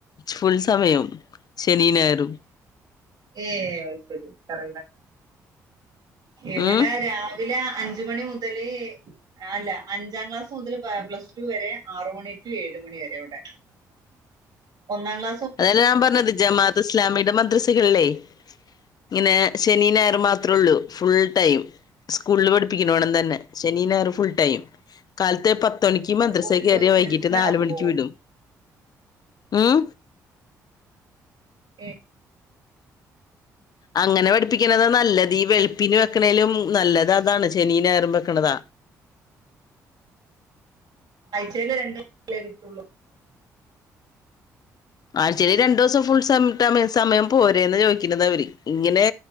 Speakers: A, on the left; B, on the right.
A: ഫുൾ സമയം ശനിയും ഞായറും
B: ഏ, ശരി, കറ ഇവിടെ,
A: ഉം
B: രാവിലെ അഞ്ച്, മണി മുതല്, അല്ല, അഞ്ചാം ക്ലാസ്, മുതല്, പ്ലസ് ടു വരെ, ആറ്, മണി, ടു, ഏഴ് ട്ട്, മണിവരെവെടെ, ഒന്നാം, ക്
A: അതല്ല, ഞാൻ പറഞ്ഞത്, ജമാഅത്ത്, ഇസ്ലാമിടെ, മദ്ര കൾല്ലേ, ഇങ്ങനെ, ശെനീം, ഞായറും, മാത്രേള്ളൂ. ഫുൾ, ടൈം, സ്കൂളിൽ, പഠിപ്പിക്കണൊണം, തന്നെ, ശെനീം, ഞായറും, ഫുൾ, ടൈം. കാലത്തെ, പത്ത്, മണിക്ക്, മദ്രസെ,
B: ഓർക്ക്
A: കേറിയ,
B: മനസ്സിലാവുമോ
A: വൈകീട്ട്, നാല്, മണിക്ക്, വിടു മ്മ്
B: ഏ
A: അങ്ങനെ, പഠപ്പിക്കണത, നല്ലത്, ഈ വെളുപ്പിന്, വെക്കണേലും മ്മ്, നല്ലതതാണ്, ശെനീം, ഞായറൊക്കെ, വെക്കണതാ
B: ആഴ്ച്ചൽ രണ്ടേ, കിട്ടുള്ളൂ
A: ആഴ്ച്ചൽ, രണ്ടൂസം, ഫുൾ നം, ട്ട, സമയം, പോരേന്ന്, ചോദിക്കുന്നതവര് ഇങ്ങനെ